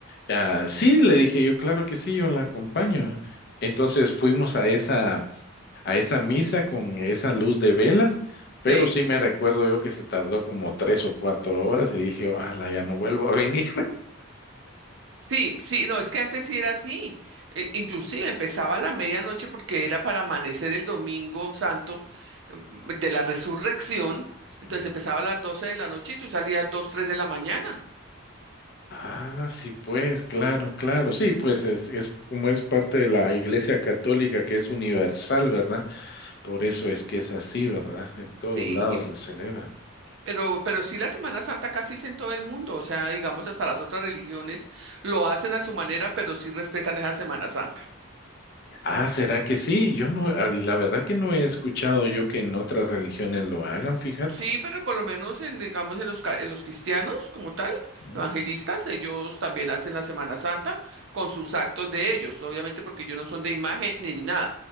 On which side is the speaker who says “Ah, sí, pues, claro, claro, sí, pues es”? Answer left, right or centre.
Left